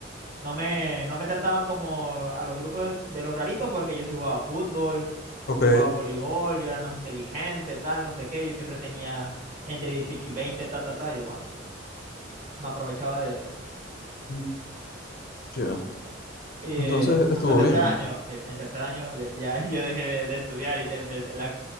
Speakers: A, on the right; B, on the left.
A: no me, no me trataban como a los grupos del- de, los raritos porque yo sí jugaba fútbol,
B: Ok,
A: yo jugaba voleibol, yo era el más inteligente, tal, no sé qué. Yo siempre tenía entre 18 y 20 ta, ta, ta. Y bueno, me aprovechaba de eso.
B: mm, ya.
A: Y
B: Entonces
A: eh,
B: estuvo
A: hasta tercer
B: bien,
A: año, que en tercer año de- ya <laughs> yo dejé de, de estudiar y te empe- la-